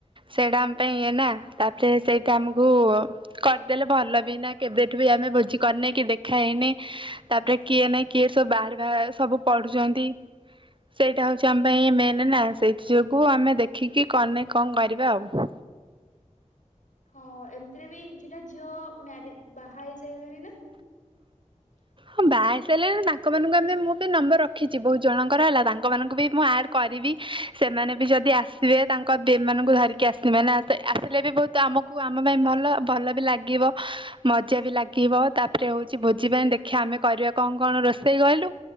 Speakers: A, on the right (about 40°); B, on the left (about 80°).
A: ସେଇଟା ଆମ ପାଇଁ ଇଏ ନା ତାପରେ ସେଇଟା ଆମକୁ କରିଦେଲେ ଭଲବି ନା କେବେଠୁ ବି ଆମେ ଭୋଜିକରିନେ କି ଦେଖାହେଇନେ। ତାପରେ କିଏ ନାଇଁ କିଏ ସବୁ ବାହାର ବାହା ସବୁ ପଢୁଛନ୍ତି। ସେଇଟା ହେଉଛି ଆମ ପାଇଁ ମେନ୍ ନା ସେଇଥି ଯୋଗୁଁ ଆମେ ଦେଖିକି କଣ ନାଇ କଣ କରିବା ଆଉ।
B: ହଁ ଏମିତିରେ ବି କିଛିଟା ଝିଅ-ଅ-ଅ ମ୍ୟାରେ ବାହା ହେଇ ସାଇଲେଣି ନା? <inaudible>
A: ହଁ ବାହା ହେଇ ସାଲେନି ତାଙ୍କମାନଙ୍କୁ ଆମେ ମୁଁ ବି ନମ୍ବର ରଖିଛି ବହୁତ ଜଣଙ୍କର ହେଲା ତାଙ୍କମାନଙ୍କୁ ବି ମୁଁ ଆଡ୍ କରିବି ସେମାନେ ବି ଯଦି ଆସିବେ ତାଙ୍କ ବେବ୍ ମାନଙ୍କୁ ଧରିକି ଆସିବେ ନା ଆସ୍ ଆସିଲେ ବି ବହୁତ ତ ଆମକୁ ଆମ ପାଇଁ ଭଲ ଭଲ ବି ଲାଗିବ ମଜା ବି ଲାଗିବ ତାପରେ ହଉଛି ଭୋ ଜି ପାଇଁ ଦେଖିବା ଆମେ କରିବା କଣ କଣ ରୋଷେଇ କହିଲୁ?